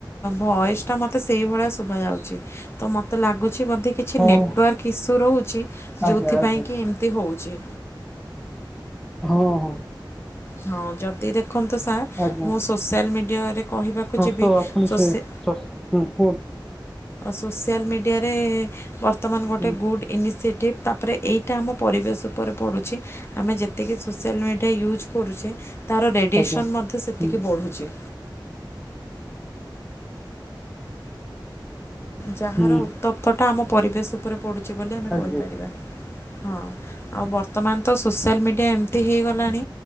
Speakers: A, on the left; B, in the centre.
A: ଭଏସ ଟା ମତେ ସେଇଭଳିଆ ଶୁଭା ଯାଉଛି ମତେ ଲାଗୁଛି ବଧେ କି କିଛି
B: ହଁ
A: ନେଟୱାର୍କ ଇସୁ ରହୁଛି
B: ଆଜ୍ଞା
A: ଯଉଥିପାଇଁ
B: ଆଜ୍ଞା
A: କି ଏମିତି ହେଉଛି।
B: ହଁ ହଁ।
A: ହଁ ଯଦି ଦେଖନ୍ତୁ ସାର୍
B: ଆଜ୍ଞା
A: ମୁଁ ସୋସିଆଲ ମିଡ଼ିଆରେ କହିବାକୁ ଯିବି
B: ତ ଆପଣ
A: ସୋସି
B: ସେ ସସ୍ ହଁ କୁହନ୍ତୁ।
A: ସୋସିଆଲ ମିଡ଼ିଆରେ ବର୍ତ୍ତମାନ ଗୋଟେ
B: ହୁଁ
A: ଗୁଡ୍ ଇନିସିଏଟିଭ୍ ତାପରେ ଏଇଟା ଆମ ପରିବେଶ ଉପରେ ପଡ଼ୁଛି। ଆମେ ଯେତିକି ସୋସିଆଲ ମିଡ଼ିଆ ୟୁଜ୍ କରୁଛେ ତାର ରେଡ଼ିଏସନ୍
B: ଆଜ୍ଞା।
A: ମଧ୍ୟ ସେତିକି
B: ହୁଁ
A: ବଢ଼ୁଛି। ଯାହାର
B: ହୁଁ
A: ଉତ୍ତପ୍ତଟା ଆମ ପରିବେଶ ଉପରେ ପଡ଼ୁଛି ବୋଲି ଆମେ
B: ଆଜ୍ଞା
A: କହିପାରିବା ହଁ। ଆଉ ବର୍ତ୍ତମାନ ତ ସୋସିଆଲ ମିଡ଼ିଆ ଏମିତି ହେଇଗଲାଣି